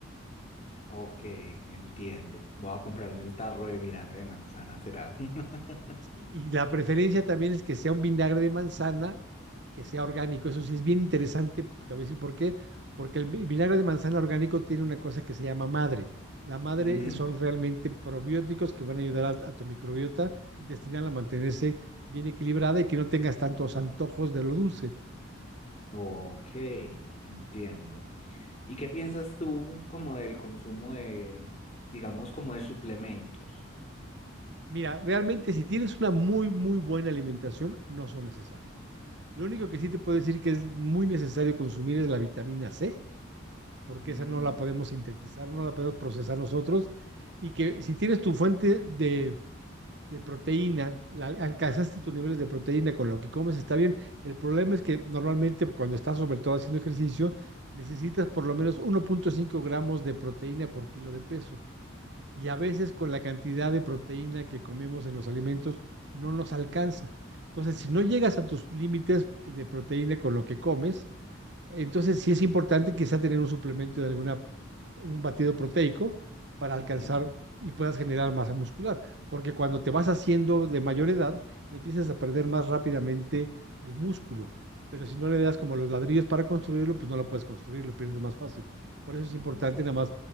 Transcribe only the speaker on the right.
Y, y la preferencia también es que sea un vinagre de manzana, que sea orgánico. Eso sí es bien interesante, te voy a decir por qué, porque el vi- vinagre de manzana orgánico tiene una cosa que se llama madre. La madre
son realmente probióticos que van a ayudar a, a tu microbiota intestinal a mantenerse bien equilibrada y que no tengas tantos antojos de lo dulce.
Mira, realmente si tienes una muy, muy buena alimentación, no son necesarios. Lo único que sí te puedo decir que es muy necesario consumir es la vitamina C, porque
esa no la podemos sintetizar, no la podemos procesar nosotros, y que si tienes tu fuente de, de proteína, la, alcanzaste tus niveles de proteína con lo que comes, está bien. El problema es que normalmente cuando estás sobre todo haciendo ejercicio, necesitas por lo menos uno punto cinco gramos de proteína por kilo de peso y a veces con la cantidad de proteína que comemos en los alimentos no nos alcanza. Entonces, si no llegas a tus límites de proteína con lo que comes, entonces sí es importante quizá tener un suplemento de alguna, un batido proteico para
alcanzar y puedas generar masa muscular, porque cuando te vas haciendo de mayor edad, empiezas a perder más rápidamente el músculo, pero si no le das como los ladrillos para construirlo, pues no lo puedes construir, lo pierdes más fácil. Por eso es importante
nada más